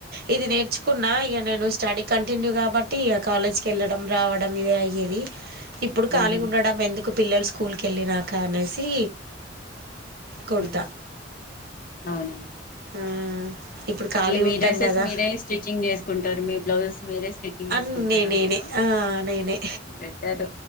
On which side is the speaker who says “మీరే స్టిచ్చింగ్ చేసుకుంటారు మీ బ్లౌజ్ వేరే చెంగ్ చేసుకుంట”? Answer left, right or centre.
Left